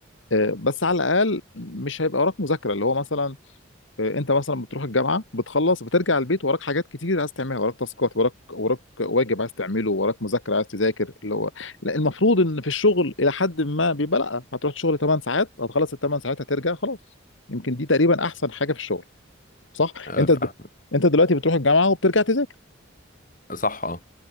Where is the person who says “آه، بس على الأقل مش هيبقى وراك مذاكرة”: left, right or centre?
Left